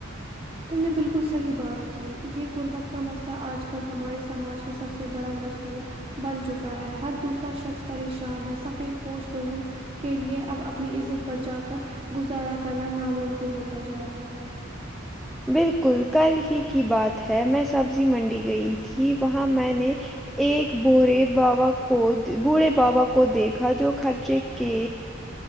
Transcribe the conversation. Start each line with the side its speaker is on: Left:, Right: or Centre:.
Right: تم نے بالکل صحیح بات کی یہ غربت کا مسئلہ آج کل ہمارے سماج کا سب سے بڑا ناسور بن چکا ہے ہر دوسرا شخص پریشان ہے سفید پوش لوگوں کے لیے اب اپنی عزت بچا کر گزارا کرنا ناممکن ہوتا جا رہا ہے
Centre: بالکل کل ہی کی بات ہے میں سبزی منڈی گئی تھی وہاں میں نے ایک بورے بابا کو بوڑے بابا کو دیکھا جو خرچے کے